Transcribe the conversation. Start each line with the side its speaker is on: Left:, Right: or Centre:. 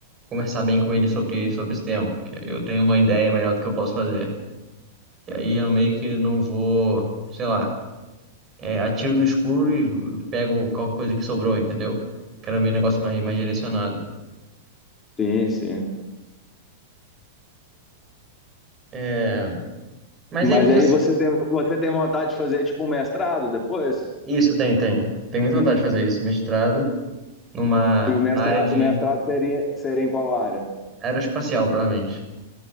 Right: conversar bem com eles sobre, sobre esse tempo, que aí eu tenho uma ideia melhor do que eu posso fazer. E aí eu meio que não vou, sei lá, é, atiro no escuro e pego qualquer coisa que sobrou, entendeu? Quero meio negócio mais, mais direcionado.
Left: Sim, sim.
Right: É, mas
Left: Mas
Right: aí você,
Left: aí você tem, você tem vontade de fazer tipo um mestrado depois?
Right: Isso, tem, tem. Tem muita vontade de fazer isso. Mestrado numa,
Left: E o mestrado,
Right: na área de
Left: o mestrado seria, seria em qual área?
Right: aeroespacial, provavelmente.